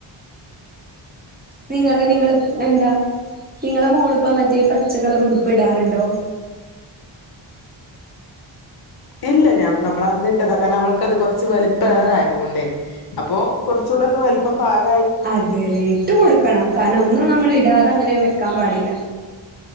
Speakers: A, on the right; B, on the left.
A: നിങ്ങള് നിങ്ങള് എന്താ നിങ്ങളെ മോളിപ്പം മറ്റേ പച്ചക്കളറുടു പ്പിടാറിണ്ടോ
B: ഇല്ല ഞാൻ നമ്മള അന്നിട്ടതാ കാരണ അവൾക്കത് കൊറച്ച് വലിപ്പേറാ
A: ആഹ്
B: ആയതുകൊണ്ടേ അപ്പൊ കൊറച്ചൂടൊന്ന് വലിപ്പം പാക
A: അതേല്ലെ ഇട്ട് കൊടുക്കണം കാരണം ഒന്നും നമ്മൾ ഇടാതെ അങ്ങനെ വെക്കാൻ പാടില്ല